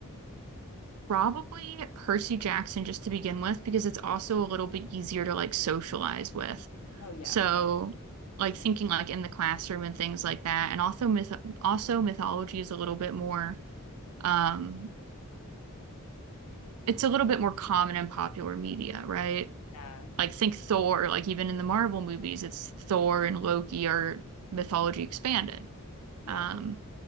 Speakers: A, on the right (about 75°); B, on the left (about 85°).
A: Probably Percy Jackson just to begin with, because it's also a little bit easier to like socialize with.
B: Oh yeah.
A: So, like thinking like in the classroom and things like that, and also myth also mythology is a little bit more um it's a little bit more common in popular media, right?
B: Yeah.
A: Like think Thor, like even in the Marvel movies, it's Thor and Loki are mythology expanded.
B: Yep.
A: Um,